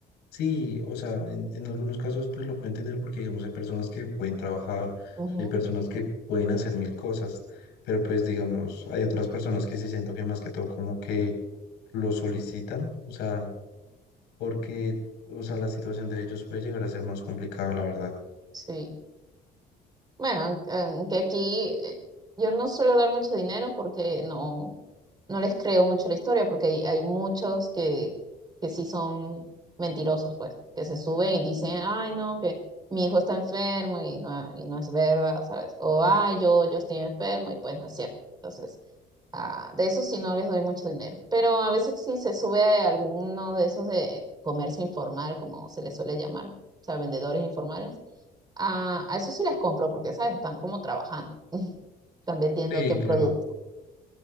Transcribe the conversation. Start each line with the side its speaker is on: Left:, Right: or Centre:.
Left: sí, o sea, en, en algunos casos pues lo puedo entender porque digamos hay personas que pueden trabajar,
Right: Ujú,
Left: hay personas que pueden hacer mil cosas, pero pues digamos, hay otras personas que sí siento que más que todo como que lo solicitan, o sea, porque, o sea, la situación de ellos puede llegar a ser más complicada, la verdad.
Right: sí. Bueno, eh, que aquí eh, yo no suelo dar mucho dinero porque no, no les creo mucho la historia, porque hay, hay muchos que, que sí son mentirosos, pues, que se suben y dicen, ay, no, que mi hijo está enfermo y no, y no es verdad, ¿sabes? O, ay, yo, yo estoy enfermo y pues no es cierto. Entonces, Ah, de eso sí no les doy mucho dinero. Pero a veces sí se sube a alguno de esos de comercio informal, como se les suele llamar, o sea, vendedores informales. Ah, a eso sí les compro porque, ¿sabes? Están como trabajando, están vendiéndote
Left: Sí,
Right: un
Left: claro.
Right: producto.